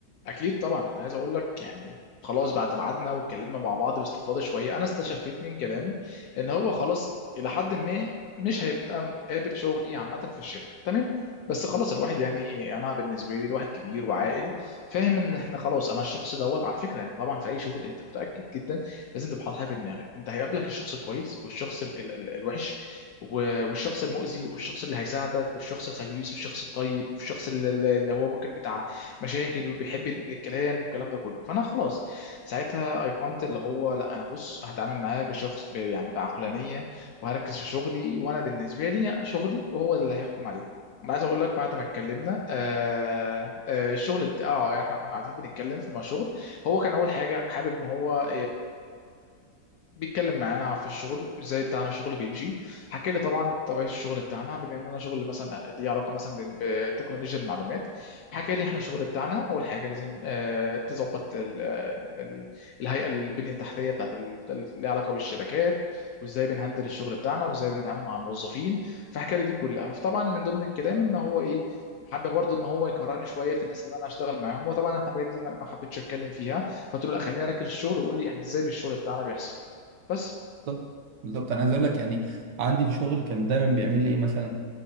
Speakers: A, on the left; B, on the right.
A: اكيد طبعا انا عايز اقول لك يعني خلاص بعد ما قعدنا واتكلمنا مع بعض باستفاضه شويه انا استشفيت من كلامه ان هو خلاص الى حد ما مش هيبقى قابل شغلي عامه في الشركه تمام بس خلاص الواحد يعني انا بالنسبه لي الواحد كبير وعاقل فاهم ان احنا خلاص انا الشخص دوت على فكره انت طبعا في اي شغل انت متاكد جدا لازم تبقى حاطط حاجه في دماغك انت هيقابلك الشخص الكويس والشخص ال ال ال الوحش و- والشخص المؤذي والشخص اللي هيساعدك والشخص الخبيث والشخص الطيب والشخص اللي اللي هو ممكن بتاع مشاكل بيحب ينقل الكلام والكلام ده كله فانا خلاص ساعتها ايقنت اللي هو لا انا بص هتعامل معاه بشخص ب- يعني بعقلانيه وهركز في شغلي وانا بالنسبه لي شغلي وهو اللي هيحكم عليه انا عايز اقول لك بعد ما اتكلمنا آه آه الشغل بتاعه يعني احنا كنا قاعدين بنتكلم في مشروع هو كان اول حاجه حابب ان هو بيتكلم معانا في الشغل وازاي بتاعنا الشغل بيمشي حكى لي طبعا طبيعه الشغل بتاعنا بما ان انا شغل مثلا ليه علاقه مثلا بال- بتكنولوجيا المعلومات حكى لي احنا الشغل بتاعنا اول حاجه لازم آه، تظبط ال- ال- ال- الهيئه البنيه التحتيه بتاعت ال- ال- ليها علاقه بالشبكات وازاي بنهندل الشغل بتاعنا وازاي بنتعامل مع الموظفين فحكى لي دي كلها فطبعا من ضمن الكلام ان هو ايه حابب برضه ان هو يكرهني شويه في الناس اللي انا هشتغل معاهم وطبعا الحاجات دي ما ما حبيتش اتكلم فيها فقلت له لا خليني اركز في الشغل وقول لي احنا ازاي بالشغل بتاعنا بيحصل بس
B: بالظبط بالظبط انا عايز اقول لك يعني عندي في الشغل كان دايما بيعمل لي ايه مثلا